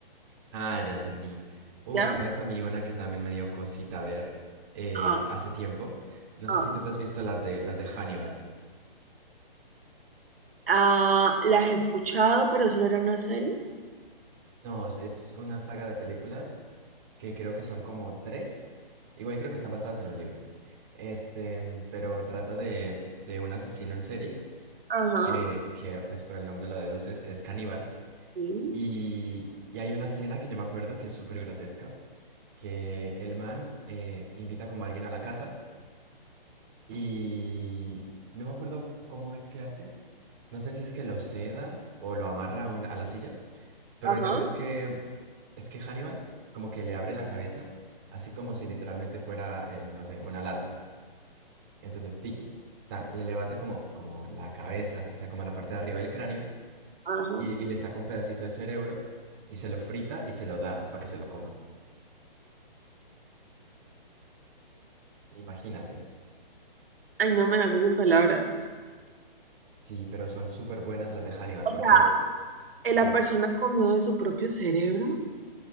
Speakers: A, on the right (about 15°); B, on the right (about 75°).
A: ah, ya entendí. Uf,
B: ¿ya?
A: ¿sabes a mí una que también me dio cosita ver eh,
B: Ah,
A: hace tiempo? No sé
B: ah.
A: si tú te has visto las de, las de Hannibal.
B: Ah, ¿la has escuchado, pero eso no era una serie?
A: No, es, es una saga de películas que creo que son como tres. Igual creo que están basadas en un libro. Este, pero trata de, de un asesino en serie
B: Ajá,
A: que, que, pues por el nombre lo deduces, es caníbal.
B: sí,
A: Y, y hay una escena que yo me acuerdo que es súper grotesca, que el man eh, invita como a alguien a la casa. Y no me acuerdo cómo es que hace. No sé si es que lo seda o lo amarra a una- a la silla. Pero
B: ajá.
A: el caso es que es que Hannibal como que le abre la cabeza, así como si literalmente fuera, eh, no sé, una lata. Entonces Tiki tan- le levanta como, como la cabeza, o sea, como la parte de arriba del cráneo,
B: Ajá.
A: y, y le saca un pedacito de cerebro y se lo frita y se lo da para que se lo coma. Imagínate.
B: Ay, no me hace sin palabras.
A: Sí, pero son súper buenas las de Hannibal,
B: O
A: porque,
B: sea, ¿eh, ¿la
A: dime,
B: persona comió de su propio cerebro?